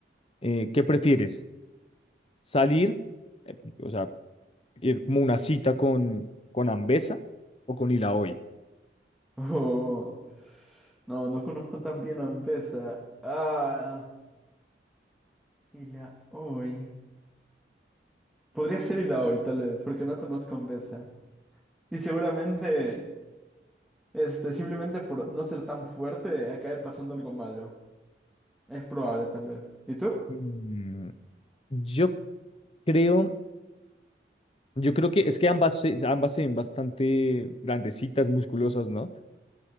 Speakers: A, on the left (about 35°); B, in the centre.
A: eh, ¿qué prefieres? ¿Salir, eh, o sea, ir como una cita con, con Ambesa o con Ilaoi?
B: <laughs> Oh, No, no conozco tan bien a Ambesa. Ah, y la hoy. Podría ser y la hoy, tal vez, porque no conozco a Ambesa. Y seguramente, este, simplemente por no ser tan fuerte, acabe pasando algo malo. Es probable, tal vez. ¿Y tú?
A: Mm, yo creo... Yo creo que es que ambas, se- ambas se ven bastante grandecitas, musculosas, ¿no?